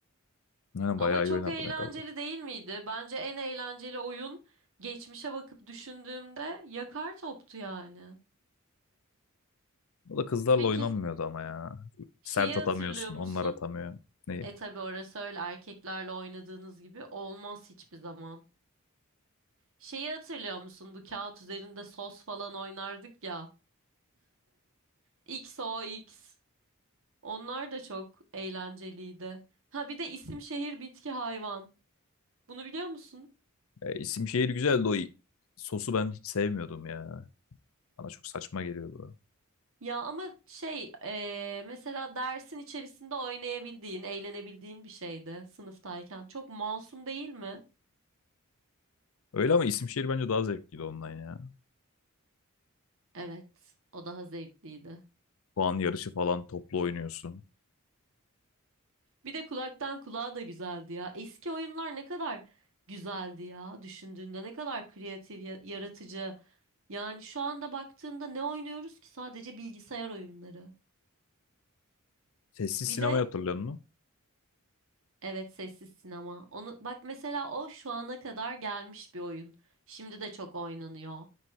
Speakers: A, on the left; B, on the right.
A: Yani
B: Ama
A: bayağı
B: çok
A: iyi oynardı
B: eğlenceli
A: ne kadar top.
B: değil miydi? Bence en eğlenceli oyun geçmişe bakıp düşündüğümde yakar toptu yani.
A: O da kızlarla
B: Peki
A: oynanmıyordu ama ya.
B: şeyi
A: Sert atamıyorsun,
B: hatırlıyor
A: onlar
B: musun?
A: atamıyor. Neyi?
B: E tabii orası öyle erkeklerle oynadığınız gibi olmaz hiçbir zaman. Şeyi hatırlıyor musun? Bu kağıt üzerinde sos falan oynardık ya. X o X. Onlar da çok eğlenceliydi. Ha bir de isim şehir bitki hayvan. Bunu biliyor musun?
A: E, isim şehir güzeldi o. i- Sosu ben hiç sevmiyordum ya. Bana çok saçma geliyordu.
B: Ya ama şey eee, mesela dersin içerisinde oynayabildiğin, eğlenebildiğin bir şeydi sınıftayken. Çok masum değil mi?
A: Öyle ama isim şehir bence daha zevkliydi ondan ya.
B: Evet, o daha zevkliydi.
A: Puan yarışı falan toplu oynuyorsun.
B: Bir de kulaktan kulağa da güzeldi ya. Eski oyunlar ne kadar güzeldi ya. Düşündüğünde ne kadar kreatif, ya- yaratıcı. Yani şu anda baktığında ne oynuyoruz ki? Sadece bilgisayar oyunları.
A: Sessiz
B: Bir
A: sinema
B: de
A: hatırlıyor musun?
B: Evet sessiz sinema. Onu bak mesela o şu ana kadar gelmiş bir oyun. Şimdi de çok oynanıyor.